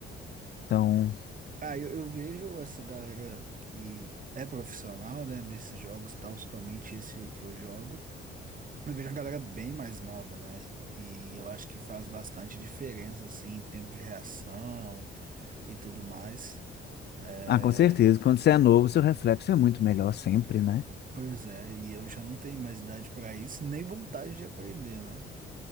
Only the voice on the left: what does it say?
Então,
ah, com certeza. Quando você é novo, seu reflexo é muito melhor sempre, né?